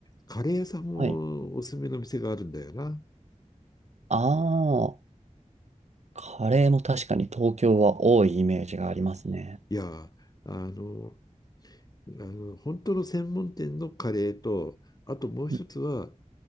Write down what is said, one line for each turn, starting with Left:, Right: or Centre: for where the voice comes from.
Left: カレー屋さんもおすすめの店があるんだよな。
Right: はい。ああ、カレーも確かに東京は多いイメージがありますね。
Left: いや、あの、あの、本当の専門店のカレーと、あともう一つは、
Right: うん。